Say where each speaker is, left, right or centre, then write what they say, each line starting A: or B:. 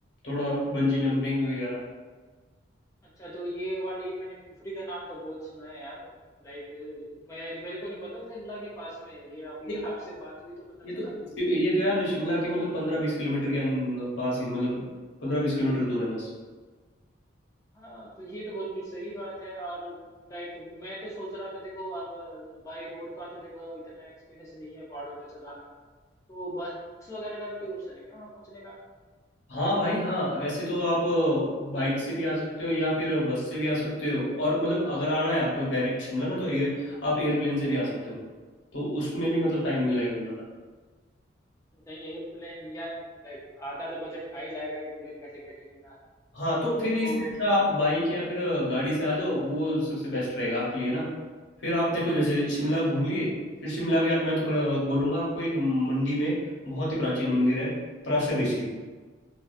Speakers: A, on the left; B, on the left.
A: थोड़ा बंजी जंपिंग वगैरह
B: अच्छा तो ये वाली मैंने कुफरी का नाम तो बहुत सुना है यार लाइक मैं मेरे को नहीं पता शिमला के पास में है ये अभी
A: देख,
B: आपसे बात हुई तो पता
A: ये
B: चला
A: तो ये तो यार शिमला के मतलब पंद्रह बीस किलोमीटर के अं- पास ही मतलब पंद्रह बीस किलोमीटर दूर है बस
B: हाँ तो ये तो बिल्कुल सही बात है और लाइक मैं तो सोच रहा था देखो अब बाई रोड का तो देखो इतना एक्सपीरियंस नहीं है पहाड़ों में चलाने का तो बस वगैरह का भी कोई ऑप्शन है क्या वहाँ पहुँचने का
A: हाँ भाई हाँ ऐसे तो आप बाइक से भी आ सकते हो या फिर बस से भी आ सकते हो और मतलब अगर आना है आपको डायरेक्ट शिमला ना तो ये आप एयरप्लेन से भी आ सकते हो तो उसमें भी मतलब टाइम नहीं
B: पर
A: लगेगा ज़्यादा
B: नहीं एयरप्लेन या लाइक आधा तो बजट खा ही जाएगा एयरप्लेन का टिकट ही मेरा
A: हाँ तो फिर
B: तो
A: इससे अच्छा आप बाइक या फिर गाड़ी से आ जाओ वो सबसे बेस्ट रहेगा आपके लिए ना फिर आप देखो जैसे शिमला
B: हाँ,
A: घूम लिए फिर शिमला के बाद मैं तो प्र-
B: जी
A: बोलूँगा आपको एक मंडी में बहुत ही प्राचीन मंदिर है पराशर ऋषि